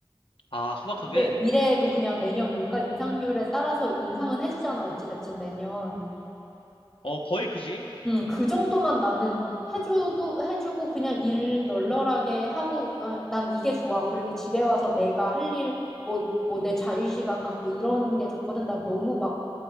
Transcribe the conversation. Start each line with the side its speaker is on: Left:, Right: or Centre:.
Left: 아, 소박하게,
Centre: 근데 미래에도 그냥 매년 물가 인상률에 따라서 인상은 해주잖아. 어찌됐든 매년.
Left: 어, 거의 그지?
Centre: 음, 그 정도만 나는 해주도 해주고 그냥 일 널널하게 하고 어, 난 이게 좋아. 그리고 집에 와서 내가 할 일, 뭐, 뭐 내 자유시간 갖고 이런 게 좋거든. 난 너무 막,